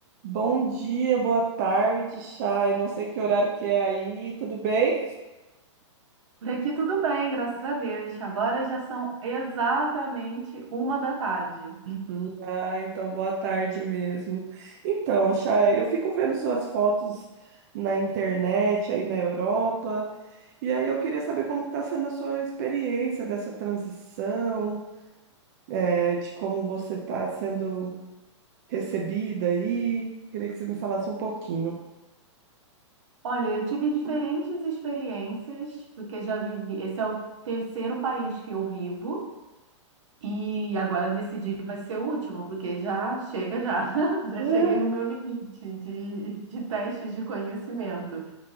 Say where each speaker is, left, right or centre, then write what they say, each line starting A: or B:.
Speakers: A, on the right; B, on the right.
A: Bom dia, boa tarde, Chay. Não sei que horário que é aí, tudo bem?
B: Por aqui tudo bem, graças a Deus. Agora já são exatamente uma da tarde.
A: Hum, Ah, então boa tarde mesmo. Então, Chay, eu fico vendo suas fotos na internet aí na Europa, e aí eu queria saber como está sendo a sua experiência dessa transição, eh, de como você está sendo recebida aí. Queria que você me falasse um pouquinho.
B: Olha, eu tive diferentes experiências, porque já vivi. Esse é o terceiro país que eu vivo, e agora eu decidi que vai ser o último, porque já chega já. <laughs> Já
A: <laughs>
B: cheguei no meu limite de, de testes de conhecimento.